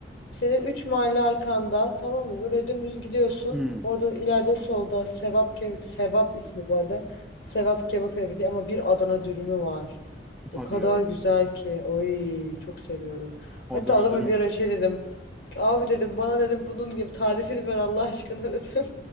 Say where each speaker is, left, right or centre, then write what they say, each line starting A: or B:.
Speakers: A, on the left; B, in the centre.
A: Senin 3 mahalle arkanda tamam mı? Oraya dümdüz gidiyorsun.
B: Hmm,
A: Orada ileride solda Sevap Ke- Sevap ismi bu arada. Sevap Kebap Evi diye ama bir Adana dürümü var. O
B: hadi
A: kadar
B: ya.
A: güzel ki. Oy çok seviyorum.
B: Adana
A: Hatta adama
B: dürüm.
A: bir ara şey dedim. Abi dedim bana dedim bunun gibi tarifini ver Allah aşkına <laughs> dedim.